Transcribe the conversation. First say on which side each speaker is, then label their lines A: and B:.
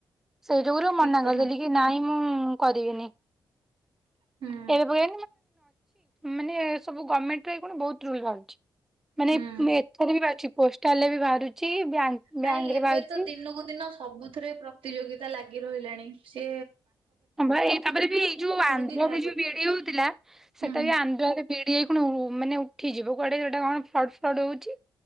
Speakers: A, in the centre; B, on the right.
A: ସେଇ ଯୁରୁ
B: ଠିକ
A: ମନା
B: କଥା
A: କରି କି ନାଇଁ ମୁଁ କରିବିନି
B: ହୁଁ
A: ଏବେ ପ ଅ ମାନେ ସବୁ ଗଭର୍ଣମେଣ୍ଟ ର ବହୁତ ରୁଲ ରଛି ମାନେ
B: ହୁଁ।
A: ଏଥର ବି ଅଛି ପୋଷ୍ଟ କଲେ ବି ବାହାରୁଛିଙ୍କ ବ୍ୟାଙ୍କ
B: ନାଇଁ
A: ରେ
B: ଏବେ
A: ବାହାରୁଛି
B: ତ ଦିନକୁ ଦିନ ସବୁଥିରେ ପ୍ରତିଯୋଗିତା ଲାଗି ରହିଲାଣି ସି
A: ହ ଏଇ ତାପରେ ବି ଏଇ ଯୋଉ ଆନ୍ଧ୍ରରେ
B: କି ଯାହାବି
A: ଯୋଉ ବିଡି ହଉଥିଲା ସେଟା
B: ହୁଁ
A: ବି ଆନ୍ଧ୍ରରେ ଡି ହେଇ କ ମାନେ ଉଠିଯିବ କୁଆଡେ ସେଟା କଣ ଫ୍ଲଡ ଫ୍ଲଡ ହଉଛି